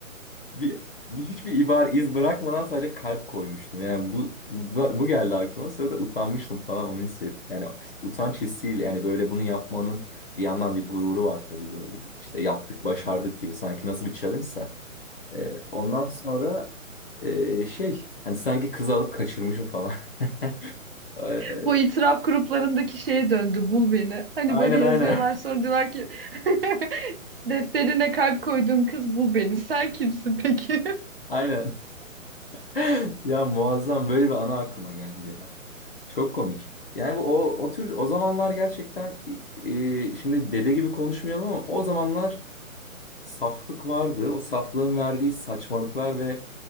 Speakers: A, on the left; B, on the right.
A: Bir, hiçbir ibare iz bırakmadan sadece kalp koymuştum. Yani bu, bu bu geldi aklıma. Sonra da utanmıştım falan onu hissettim. Yani utanç hissiyle yani böyle bunu yapmanın bir yandan bir gururu var tabii böyle. İşte yaptık, başardık gibi sanki nasıl bir challenge'sa. Ee, ondan sonra e, şey hani sanki kızı alıp kaçırmışım falan. <laughs> Ee,
B: Bu itiraf gruplarındaki şeye döndü bul beni. Hani
A: aynen
B: böyle yazıyorlar
A: aynen.
B: sonra diyorlar ki <laughs> defterine kalp koyduğum kız bul beni. Sen kimsin peki?
A: <laughs> Aynen. <laughs> Ya muazzam böyle bir ana aklıma geldi ya. Çok komik. Yani bu o, o tür o zamanlar gerçekten e, şimdi dede gibi konuşmayalım ama o zamanlar saflık vardı. O saflığın verdiği saçmalıklar ve